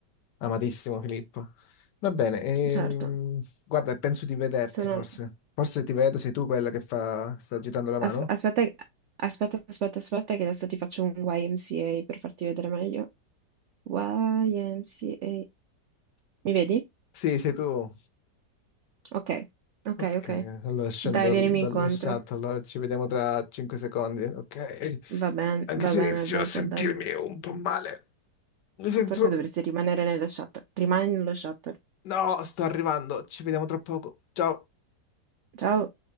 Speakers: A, on the left (about 75°); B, on the right (about 80°).
A: amatissimo Filippo. Va bene, ehm,
B: certo.
A: guarda, penso di vederti
B: Sono...
A: forse. Forse ti vedo, sei tu quella che fa... sta agitando la
B: asp-
A: mano?
B: aspetta, aspetta, aspetta, aspetta, che adesso ti faccio un YMCA per farti vedere meglio. YMCA. Mi vedi?
A: Sì, sei tu.
B: Ok, ok,
A: Ok,
B: ok.
A: allora scendo
B: Dai, vienimi
A: dal- dallo
B: incontro.
A: shuttle, ci vediamo tra 5 secondi. Ok,
B: Va bene,
A: anche se
B: va
A: inizio
B: bene, a dopo,
A: a sentirmi
B: a dopo.
A: un po' male. Mi sento...
B: Forse dovresti rimanere nello shuttle. Rimani nello shuttle.
A: No, sto arrivando, ci vediamo tra poco. Ciao.
B: Ciao.